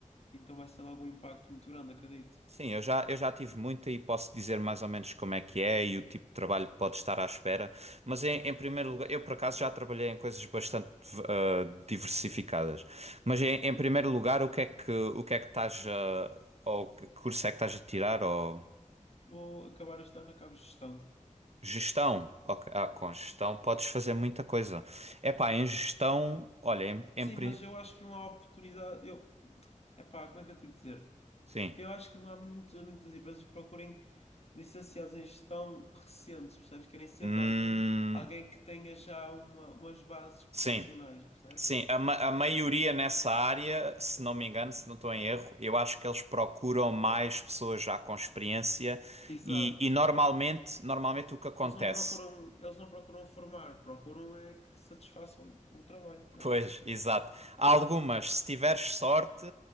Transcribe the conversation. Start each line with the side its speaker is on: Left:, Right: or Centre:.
Left: então vai ser logo um impacto muito grande, acredito.
Right: Sim, eu já, eu já tive muita e posso dizer mais ou menos como é que é e o tipo de trabalho que pode estar à espera. Mas em, em primeiro lugar, eu por acaso já trabalhei em coisas bastante ah, diversificadas. Mas em, em
Left: Uhum.
Right: primeiro lugar, o que é que, o que é que estás a, ou que curso é que estás a tirar? Ou
Left: Vou acabar este ano, acabo gestão.
Right: gestão? Ok, ah, com gestão podes fazer muita coisa. É pá, em gestão, olha, em, em
Left: Sim,
Right: pri-
Left: mas eu acho que não há oportunidade. Eu, epá, como é que eu tenho de dizer?
Right: sim.
Left: Eu acho que não há muitas, muitas empresas que procurem licenciados em gestão recentes, percebes? Querem sempre
Right: Hum,
Left: alguém, alguém que tenha já uma, umas bases profissionais,
Right: sim.
Left: percebes?
Right: Sim, a, ma- a maioria nessa área, se não me engano, se não estou em erro, eu acho que eles procuram mais pessoas já com experiência
Left: Exato.
Right: e, e normalmente, normalmente o que acontece?
Left: Eles não procuram, eles não procuram formar, procuram é que satisfaçam o trabalho, né?
Right: Pois, exato. Há algumas, se tiveres sorte,